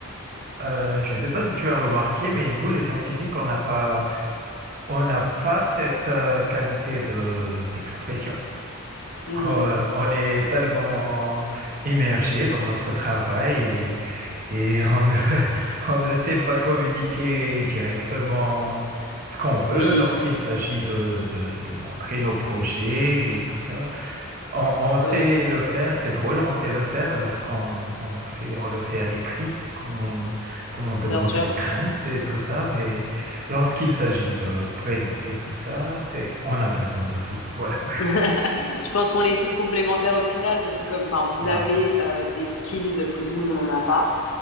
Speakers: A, on the right; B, on the left.
A: euh, je ne sais pas si tu as remarqué, mais nous, les scientifiques, on n'a pas on n'a pas cette euh, qualité de d'expression.
B: Hmm,
A: Euh, on est tellement immergé dans notre travail et, et on ne, <laughs> on ne sait pas communiquer directement ce qu'on veut
B: oui,
A: lorsqu'il s'agit de, de, de montrer nos projets et tout ça. On, on sait
B: ouais, ouais.
A: le faire, c'est drôle, on sait le faire lorsqu'on on fait, on le fait à l'écrit, quand on, quand on demande
B: bien sûr.
A: les craintes et tout ça, mais lorsqu'il s'agit de présenter tout ça, c'est, on a besoin de vous. Voilà.
B: <laughs> Je pense qu'on est tous complémentaires au final parce que comme, enfin, vous
A: Ouais.
B: avez euh, des skills que nous on n'en a pas.